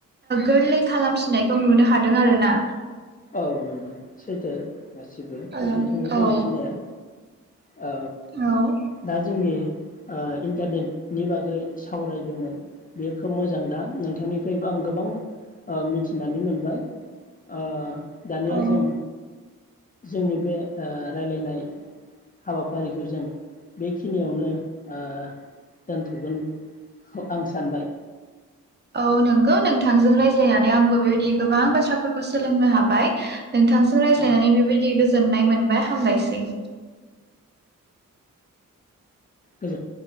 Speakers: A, on the right; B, on the left.
A: गोरलै खालामफिननायखौ नुनो हादों आरोना।
B: औ नंगौ। सैथो गासिबो
A: ओ
B: नोंथांनि बुंनायखिनिया। औ
A: औ औ
B: दा जोंनि ओ इन्टारनेटनि बागै सावरायदोंमोन बेयो खोब मोजां दा नोंथांनिफ्रायबो आं ओ गोबां ओ मिथिनानै मोनबाय ओ दानिया
A: औ
B: जों जोंनि बे ओ रायलायनाय हाबाफारिखौ जों बेखिनियावनो ओ दोनथ'गोन। खौ आं सानबाय।
A: औ नोंगौ नोंथांजों रायज्लायनानै आंबो बेबायदि गोबां बाथ्राफोरखौ सोलोंनो हाबाय। नोंथांजों रायज्लायनानै
B: औ औ
A: बेबायदि गोजोननाय मोनबाय हामबायसै।
B: गोजोन